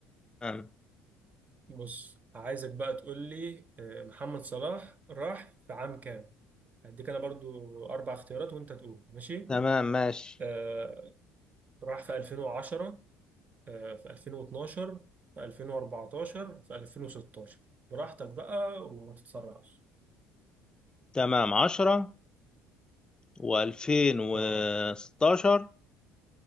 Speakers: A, on the left (about 15°); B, on the right (about 35°).
A: تمام
B: بص عايزك بقى تقول لي آه، محمد صلاح راح في عام كام هديك انا برضو اربع اختيارات وانت تقول ماشي
A: تمام ماشي
B: آه راح في 2010 آه في 2012 في 2014 في 2016 براحتك بقى وما تتسرعش
A: تمام عشرة وألفين وستاشر
B: اه